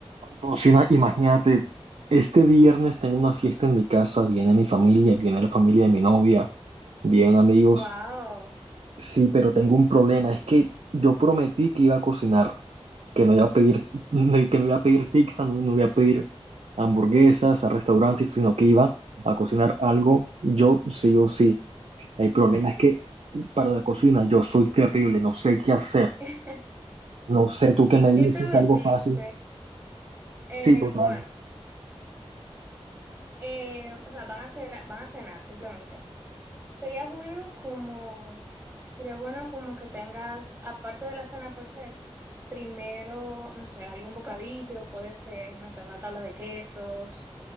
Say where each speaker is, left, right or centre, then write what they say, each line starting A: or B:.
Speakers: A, on the right (about 75°); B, on the right (about 25°).
A: Alfonsina, imagínate, este viernes tengo una fiesta en mi casa, viene mi familia, viene la familia de mi novia, vienen amigos.
B: Wow.
A: Sí, pero tengo un problema, es que yo prometí que iba a cocinar, que no iba a pedir, <laughs> que no iba a pedir pizza, no, no iba a pedir hamburguesas a restaurantes, sino que iba a cocinar algo yo sí o sí. El problema es que para la cocina yo soy terrible, no sé qué hacer,
B: <laughs>
A: no sé, tú
B: ¿En
A: qué me dices,
B: qué te metiste?
A: algo fácil.
B: Eh,
A: Sí, total.
B: bueno, eh, o sea, van a cenar, van a cenar simplemente. Sería bueno como, sería bueno como que tengas, aparte de la cena por se, primero, no sé, algún bocadillo, puede ser, no sé, una tabla de quesos,